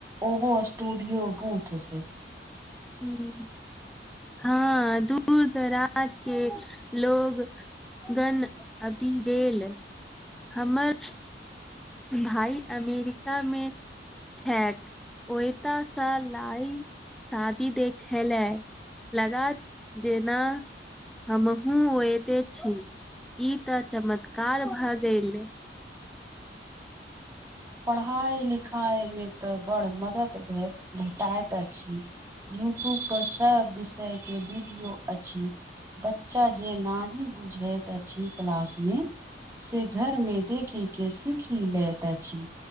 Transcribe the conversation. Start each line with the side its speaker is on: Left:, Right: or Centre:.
Right: ओहो स्टूडियो बूथ से
Centre: ह हँ दूर दराज के लोग गन अभी गेल हमर भाइ अमेरिका मे छैैक ओता से लाइव शादी देखेलै लगात जेना हमहुूँ ओते छी ई त चमत्कार भ गेल
Right: पढ़ाइ लिखाइमे तऽ बड़ मदद भे भेटाइत अछि यूट्यूब पर सब विषय के वीडियो अछि बच्चा जे न ही बुझैत अछि क्लास मे से घर में देखी के सीखी लेतै छी